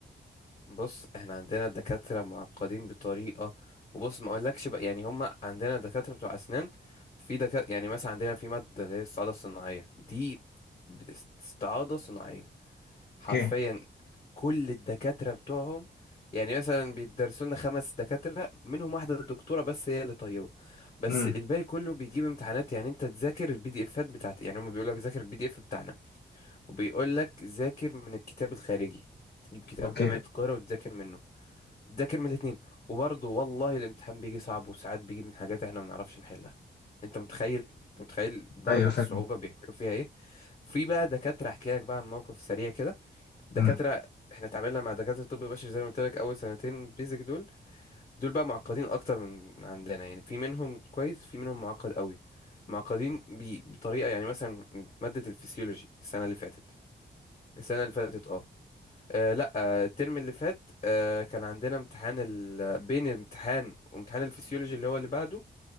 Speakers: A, on the left; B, on the left.
A: بص احنا عندنا دكاترة معقدين بطريقة وبص ما اقولكش بقى يعني هم عندنا دكاترة بتوع اسنان في دكاترة يعني مثلا عندنا في مادة اللي هي الاستعاضة الصناعية دي بت- استعاضة صناعية حرفيا
B: اوكي
A: كل الدكاترة بتوعهم يعني مثلا بيدرسوا لنا خمس دكاترة منهم واحدة الدكتورة بس هي اللي طيبة بس
B: امم
A: الباقي كله بيجيب امتحانات يعني انت تذاكر البي دي افات بتاعت يعني هم بيقول لك ذاكر البي دي اف بتاعنا وبيقول لك ذاكر من الكتاب الخارجي تجيب كتاب
B: اوكي
A: جامعة القاهرة وتذاكر منه ذاكر من الاتنين وبرضه والله الامتحان بيجي صعب وساعات بيجي من حاجات احنا ما نعرفش نحلها انت متخيل انت متخيل درجة
B: ايوه فاهم
A: الصعوبة بيعملوا فيها ايه في بقى دكاترة احكي لك بقى عن موقف سريع كده دكاترة
B: امم
A: احنا اتعاملنا مع دكاترة الطب البشري زي ما قلت لك اول سنتين بيزك دول دول بقى معقدين اكتر من عندنا يعني في منهم كويس في منهم معقد قوي معقدين بي- بطريقة يعني مثلا مادة الفسيولوجي السنة اللي فاتت السنة اللي فاتت اه آه لا آه، الترم اللي فات آه كان عندنا امتحان ال... بين الامتحان وامتحان الفسيولوجي اللي هو اللي بعده